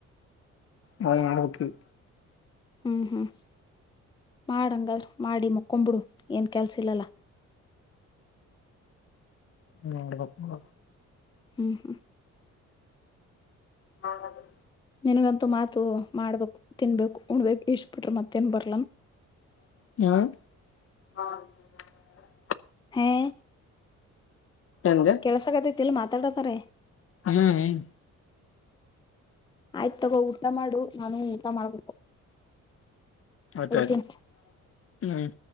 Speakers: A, on the left; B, on the left.
A: ನಾನ್ ಮಾಡಬೇಕು ಈಗ
B: ಹ್ಮ್ ಹ್ಮ್ ಮಾಡಹಾಗದ್ರಾ ಮಾಡಿ ಮುಕ್ಕೊಂಬಿಡು ಏನ್ ಕೆಲ್ಸ ಇಲ್ಲಲ್ಲ
A: ಮಾಡಬೇಕು
B: ಹ್ಮ್ ಹ್ಮ್
A: ಹೌದು
B: ನಿನಗಂತೂ ಮಾತು ಮಾಡ್ಬೇಕು ತಿನ್ಬೇಕು ಉಣಬೇಕು ಇಷ್ಟ ಬಿಟ್ರೆ ಮತ್ತೇನ್ ಬರ್ಲನ್
A: ಹ
B: ಹಾಂ
A: ಎಂದೆ
B: ಕೆಲ್ಸಕತೈತಿ ಇಲ್ಲಿ ಮಾತಾಡತಾರೆ
A: ಹ್ಮ್ ಹ್ಮ್
B: ಆಯ್ತು ತಗೋ ಊಟ ಮಾಡು ನಾನು ಊಟ ಮಾಡ್ಬೇಕು
A: ಆಯಿತು
B: ಇಡ್ತೀನಿ.
A: ಆಯಿತು ಹು